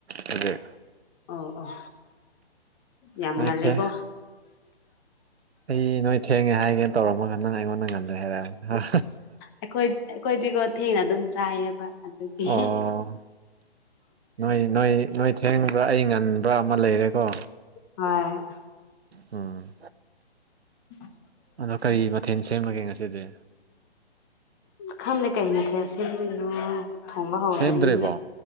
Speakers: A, on the right; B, on the left.
A: ꯍꯧꯖꯤꯛ
B: ꯑꯣ ꯑꯣ ꯌꯥꯝ
A: ꯅꯣꯏꯁꯦ
B: ꯉꯜꯂꯦꯀꯣ
A: ꯑꯩ ꯅꯣꯏ ꯊꯦꯡꯉꯦ ꯍꯥꯏꯒꯦꯅ ꯇꯧꯔꯝꯃꯒ ꯅꯪ ꯑꯩꯉꯣꯟꯗ ꯉꯜꯂꯦ ꯍꯥꯏꯔꯛꯑꯦ
B: ꯑꯩꯈꯣꯏ ꯑꯩꯈꯣꯏꯗꯤꯀꯣ ꯊꯦꯡꯅ ꯑꯗꯨꯝ ꯆꯥꯏꯌꯦꯕ ꯑꯗꯨꯒꯤ
A: ꯑꯣ ꯅꯣꯏ ꯅꯣꯏ ꯅꯣꯏ ꯊꯦꯡꯕ꯭ꯔ ꯑꯩ ꯉꯟꯕ ꯑꯃ ꯂꯩꯔꯦꯀꯣ
B: ꯍꯣꯏ
A: ꯎꯝ
B: <unintelligible>
A: ꯑꯗꯣ ꯀꯔꯤ ꯃꯊꯦꯜ ꯁꯦꯝꯕꯒꯦ ꯉꯁꯤꯗꯤ
B: ꯈꯪꯗꯦ ꯀꯩꯅꯤ ꯈꯦ ꯁꯦꯝꯗꯣꯏꯅꯣ ꯊꯣꯡꯕ ꯍꯧꯗ꯭ꯔꯤ
A: ꯁꯦꯝꯗ꯭ꯔꯤꯕꯣ